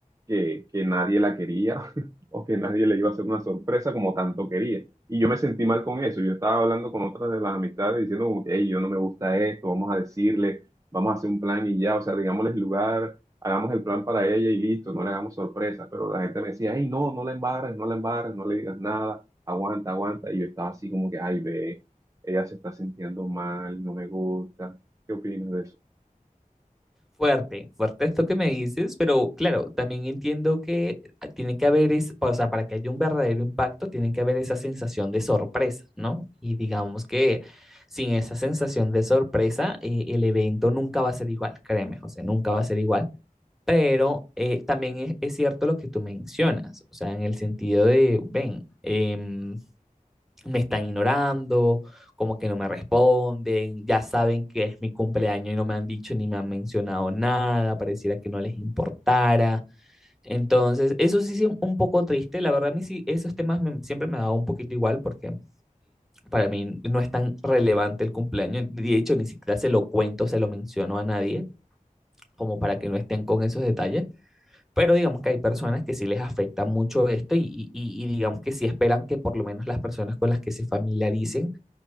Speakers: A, on the right; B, in the centre.
A: que, que nadie la quería <laughs> o que nadie le iba a hacer una sorpresa como tanto quería. Y yo me sentí mal con eso. Yo estaba hablando con otras de las amistades diciendo como que, hey, yo no me gusta esto, vamos a decirle, vamos a hacer un plan y ya, o sea, digámosles el lugar, hagamos el plan para ella y listo, no le hagamos sorpresa. Pero la gente me decía, hey, no, no la embarres, no la embarres, no le digas nada, aguanta, aguanta. Y yo estaba así como que, ay, ve, ella se está sintiendo mal, no me gusta. ¿Qué opinas de eso?
B: Fuerte, fuerte esto que me dices, pero claro, también entiendo que ah, tiene que haber, es, o sea, para que haya un verdadero impacto, tiene que haber esa sensación de sorpresa, ¿no? Y digamos que sin esa sensación de sorpresa, eh, el evento nunca va a ser igual, créeme, José, nunca va a ser igual, pero eh, también es, es cierto lo que tú mencionas, o sea, en el sentido de, ven, em, me están ignorando, como que no me responden, ya saben que es mi cumpleaños y no me han dicho ni me han mencionado nada, pareciera que no les importara. Entonces, eso sí es un poco triste, la verdad a mí sí, esos temas me- siempre me ha dado un poquito igual porque para mí no es tan relevante el cumpleaños, de hecho ni siquiera se lo cuento, se lo menciono a nadie, como para que no estén con esos detalles, pero digamos que hay personas que sí les afecta mucho esto y, y y digamos que sí esperan que por lo menos las personas con las que se familiaricen